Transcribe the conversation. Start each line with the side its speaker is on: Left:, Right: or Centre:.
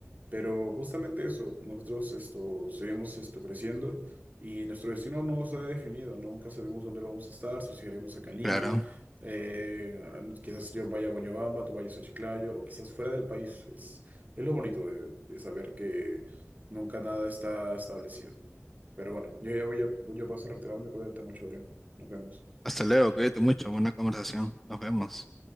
Right: Pero justamente eso, nosotros esto, seguimos esto creciendo y nuestro destino no está definido, ¿no? Nunca sabemos dónde vamos a estar, si seguiremos acá en Lima,
Centre: Claro.
Right: eh, quizás yo vaya a Boñobamba, tú vayas a Chiclayo, o quizás fuera del país. Es, es lo bonito de, de saber que nunca nada está establecido. Pero bueno, yo ya voy a, voy a paso a retirarme, cuídate mucho, Adrián. Nos vemos.
Centre: Hasta luego, cuídate mucho, buena conversación. Nos vemos.